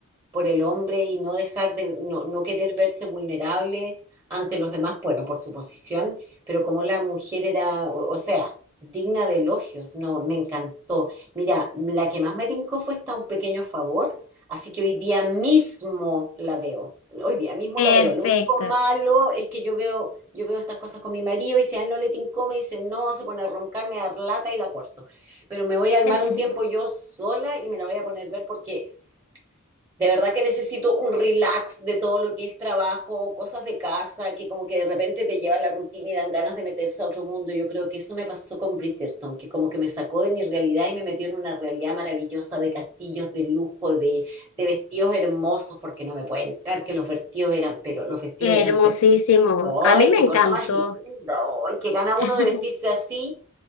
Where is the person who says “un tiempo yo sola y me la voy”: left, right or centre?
Right